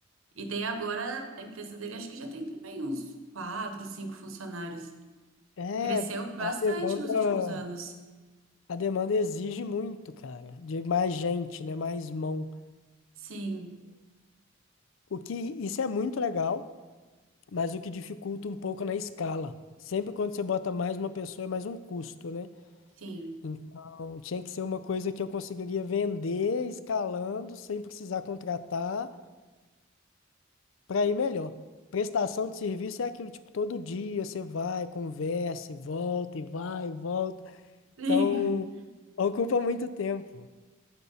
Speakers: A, on the right; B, on the left.
A: E daí agora a empresa dele acho que já tem também uns quatro, cinco funcionários.
B: É,
A: Cresceu bastante
B: a demanda,
A: nos últimos anos.
B: a demanda exige muito, cara, de mais gente, né? Mais mão.
A: Sim,
B: O que isso é muito legal, mas o que dificulta um pouco na escala. Sempre quando você bota mais uma pessoa é mais um custo, né?
A: sim,
B: Então, tinha que ser uma coisa que eu conseguiria vender escalando sem precisar contratar para ir melhor. Prestação de serviço é aquilo, tipo, todo dia você vai, conversa e volta e vai e volta.
A: Sim.
B: Então, ocupa muito tempo.